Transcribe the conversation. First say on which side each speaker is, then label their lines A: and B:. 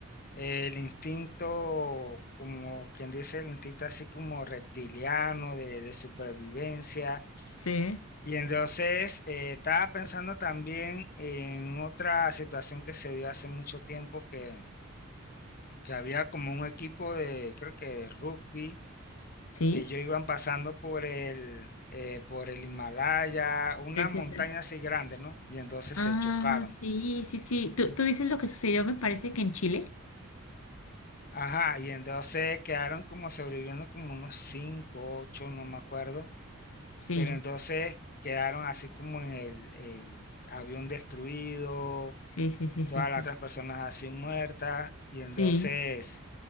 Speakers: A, on the left; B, on the left.
A: eh, el instinto, como quien dice, el instinto así como reptiliano de, de supervivencia.
B: Sí,
A: Y entonces eh, estaba pensando también en otra situación que se dio hace mucho tiempo que que había como un equipo de, creo que de rugby,
B: ¿sí?
A: que ellos iban pasando por el, eh, por el Himalaya, una
B: sí, sí,
A: montaña
B: sí.
A: así grande, ¿no? Y entonces
B: Ah,
A: se chocaron.
B: sí, sí, sí. ¿Tú, tú dices lo que sucedió, me parece que en Chile?
A: Ajá, y entonces quedaron como sobreviviendo como unos cinco, ocho, no me acuerdo,
B: Sí,
A: pero entonces quedaron así como en el, el avión destruido,
B: sí, sí, sí, sí,
A: todas
B: sí.
A: las otras personas así muertas. Y entonces,
B: Sí,